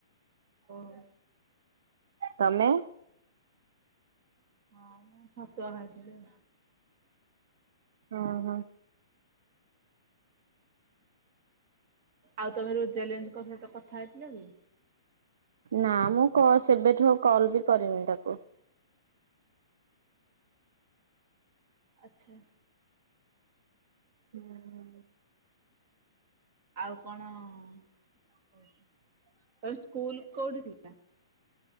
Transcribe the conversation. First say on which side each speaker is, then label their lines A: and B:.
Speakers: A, on the right; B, on the right.
A: କୋଉରା?
B: ତମେ?
A: ହଁ ମୁଁ ଛତୁଆ ଖାଇଥିଲି ଆଉ।
B: ଓହୋ।
A: ଆଉ ତମେ ରୋଜାଲିନ୍ ଙ୍କ ସହିତ କଥା ହେଇଥିଲ କି?
B: ନା ମୁଁ କ-ସେବେଠୁ କଲ୍ ବି କରିନି ତାକୁ।
A: ଆଚ୍ଛା।
B: ହୁଁ।
A: ଆଉ କଣ କହିଲି କୋଉ ସ୍କୁଲ କୋଉଠି କି?